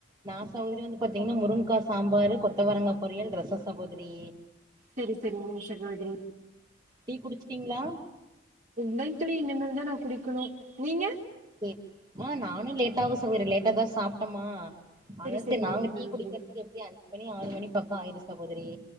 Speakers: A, on the right (about 20°); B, on the right (about 40°).
A: நா சகோதரி வந்து பாத்தீங்கன்னா முருங்கா சாம்பாரு கொத்தவரங்கா பொரியல் ரச சகோதரி
B: சரி சரிங்க சகோதரி
A: டீ குடிச்சிட்டீங்களா
B: மெண்டலி இந்த மாதிரிதா நான் குடிக்கணு நீங்க
A: <unintelligible> அ நானு லேட்ட ஆகு சகோதரி லேட்டா தான் சாப்ட்டோமா ஆனாலும்
B: சரிங்க
A: சரி நாங்க
B: சகோதரி
A: டீ குடிக்கிறதுக்கு எப்டி அஞ்சு மணி ஆறு மணி பக்கம் ஆயிரு சகோதரி